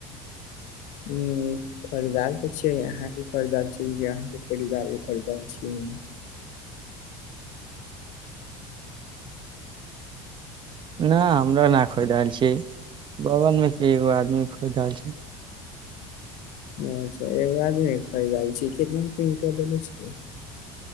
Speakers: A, on the left; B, on the right.
A: हँ खरीदार तऽ छियै अहाँके खरीदार छियै की अहाँके परिवार के खरीदार छियै।
B: <unintelligible> नहि हमरो नहि खरीद रहल छी बगलमे के एगो आदमी खरीद रहल छैय। <unintelligible>
A: अच्छा एगो आादमे खरीद रहल छी कितना रूपे ईंटा देले छियै।